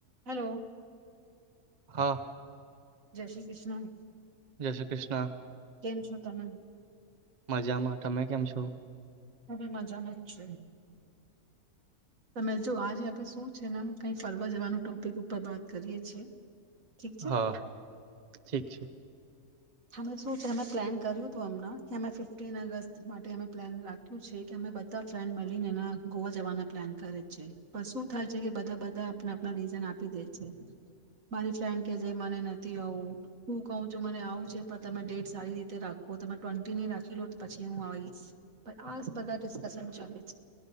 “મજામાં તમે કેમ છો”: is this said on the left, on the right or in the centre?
Right